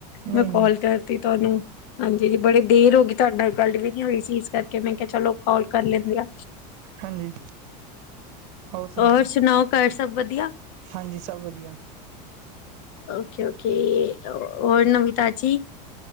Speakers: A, on the right (about 65°); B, on the left (about 60°).
A: ਨਹੀਂ
B: ਮੈਂ
A: ਨਹੀਂ
B: ਕੋਲ ਕਰਤੀ ਤੁਹਾਨੂੰ। ਹਾਂਜੀ ਹਾਂ ਬੜੀ ਦੇਰ ਹੋ ਗਈ ਤੁਹਾਡੇ ਗੱਲ ਵੀ ਨੀ ਹੋਈ ਸੀ ਇਸ ਕਰਕੇ ਮੈਂ ਕਿਹਾ ਚਲੋ ਕੋਲ ਕਰ ਲੈਂਦੇ ਆ।
A: ਹਾਂਜੀ ਹੋਰ ਸੁਣਾਓ
B: ਔਰ ਘਰ ਸਭ ਵਧੀਆ?
A: ਹਾਂਜੀ ਸਭ ਵਧੀਆ।
B: ਓਕੇ-ਓਕੇ ਹੋਰ ਨਵੀਂ ਤਾਜੀ।